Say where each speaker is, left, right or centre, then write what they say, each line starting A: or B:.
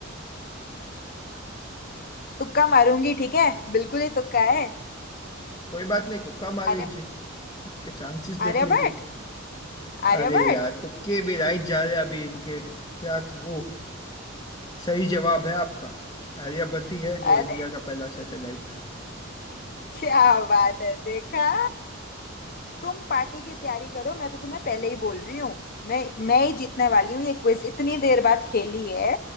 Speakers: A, on the left; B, on the left.
A: तुक्का मारूंगी ठीक है बिल्कुल ही तुक्का है
B: कोई बात नहीं तुक्का मार
A: आर्य
B: लीजिए आपके चांसेस
A: आर्यभट्ट
B: देख लीजिए
A: आर्यभट्ट
B: अरे यार तुक्के भी राइट जा रहे हैं अभी इनके क्या करूं सही जवाब है आपका आर्यभट्ट है जो
A: अरे
B: इंडिया का पहला सैटेलाइट था
A: क्या बात है देखा तुम पार्टी की तैयारी करो मैं तो तुम्हें पहले ही बोल रही हूँ मैं मैं ही जीतने वाली हूँ ये क्विज इतनी देर बाद खेली है